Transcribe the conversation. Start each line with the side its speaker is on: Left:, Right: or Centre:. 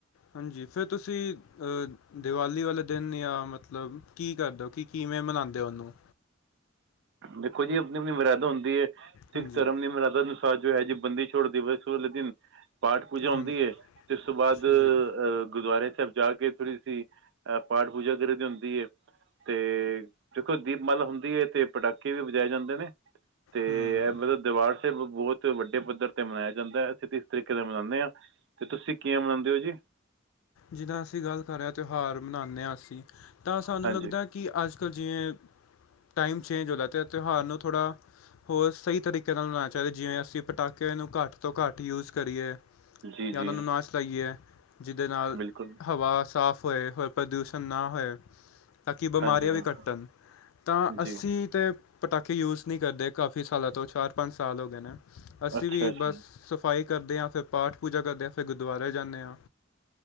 Left: ਹਾਂਜੀ, ਫੇਰ ਤੁਸੀ ਅ ਦੀਵਾਲੀ ਵਾਲੇ ਦੇਨ ਯਾ ਮਤਲਬ ਕੀ ਕਰਦੇ ਓ, ਕੀ ਕਿਵੇਂ ਮਨਾਉਂਦੇ ਆ ਉਹਨੂੰ।
Right: ਦੇਖੋ ਜੀ ਆਪਣੀ ਆਪਣੀ ਮਰਿਆਦਾ ਹੁੰਦੀ ਹੈ ਸਿੱਖ
Left: ਹਾਂਜੀ
Right: ਧਰਮ ਦੀ ਮਰਿਆਦਾ। ਅੱਜ ਹੈ ਜੀ ਬੰਦੀ ਛੋੜ ਦਿਵਸ ਵਾਲੇ ਦਿਨ। ਪਾਠ ਪੂਜਾ ਹੁੰਦੀ
Left: ਹਾਂਜੀ
Right: ਹੈ ਤੇ ਉਸ ਤੋਂ ਬਾਅਦ‌
Left: ਅੱਛਾ ਜੀ
Right: ਗੁਰਦੁਆਰੇ ਸਾਹਿਬ ਜਾ ਕੇ। ਅੱਗੇ ਥੋੜੀ ਸੀ ਅਹ ਪਾਠ ਪੂਜਾ ਕਰ ਦੀ ਹੁੰਦੀ ਹੈ। ਤੇ ਦੇਖੋ ਦੀਪਮਾਲਾ ਹੁੰਦੀ ਹੈ। ਤੇ ਪਟਾਕੇ ਵੀ ਵਜਾਏ ਜਾਂਦੇ ਨੇ, ਤੇ
Left: ਹੂੰ
Right: ਇਹ ਮਤਲਬ ਦਰਬਾਰ ਸਾਹਿਬ ਬਹੁਤ ਵੱਡੇ ਪੱਧਰ ਤੇ ਮਨਾਇਆ ਜਾਂਦਾ। ਅਸੀਂ ਤੇ ਇਸ ਤਰੀਕੇ ਨਾਲ ਮਨਾਉਂਦੇ ਹਾਂ। ਅਤੇ ਤੁਸੀਂ ਕਿਵੇ ਮਣਾਉਂਦੇ ਹੋ ਜੀ।
Left: ਜਿੱਦਾਂ ਅਸੀਂ ਗੱਲ ਕਰ ਰਹੇ ਹਾਂ, ਤਿਉਹਾਰ ਮਨਾਉਂਦੇ ਹਾਂ ਅਸੀਂ। ਤਾਂ ਸਾਨੂੰ
Right: ਹਾਂਜੀ
Left: ਲੱਗਦਾ ਕਿ ਅੱਜ ਕੱਲ੍ਹ ਜਿਵੇ ਟਾਈਮ ਚੇਂਜ ਹੋ ਰਿਹਾ ਤੇ ਤਓਹਾਰ ਨੂੰ ਥੋੜਾ, ਹੋਰ ਸਈ ਤਰੀਕੇ ਨਾਲ ਮਨਾਨਾ ਚਾਈਦਾ। ਜਿਵੇਂ, ਅਸੀ ਪਟਾਕੇ ਨੂੰ ਘਾੱਟ ਤੋ ਘਾੱਟ ਯੂਜ਼ ਕਰੀਏ,
Right: ਜੀ ਜੀ
Left: ਯਾ ਓਨਾਂ ਨੂੰ ਨਾ ਚਲਾਈ ਏ। ਜਿਦੇ ਨਾਲ
Right: ਬਿਲਕੁਲ
Left: ਹਵਾ ਸਾਫ਼ ਹੋਏ ਹੋਰ ਪ੍ਰਦੂਸ਼ਨ ਨਾ ਹੋਏ। ਤਾਂ ਕਿ ਬਮਾਰੀਆਂ
Right: ਹਾਂਜੀ ਹਾਂਜੀ
Left: ਵੀ ਘੱਟਨ, ਤਾ ਅਸੀ
Right: ਜੀ
Left: ਤੇ ਪਟਾਕੇ ਯੂਜ਼ ਨੀ ਕਰਦੇ ਕਾਫੀ ਸਾਲਾਂ ਤੋਂ ਚਾਰ, ਪਾੰਜ ਸਾਲ ਹੋਗੇ ਨੇ। ਅਸੀ
Right: ਅੱਛਾ
Left: ਵੀ ਬਸ
Right: ਜੀ
Left: ਸਫ਼ਾਈ ਕਰਦੇ ਆਂ, ਫੇਰ ਪਾਠ ਪੂਜਾ ਕਰਦੇ ਆਂ, ਫੇਰ ਗੁਦੁਆਰੇ ਜਾਨੇ ਆਂ।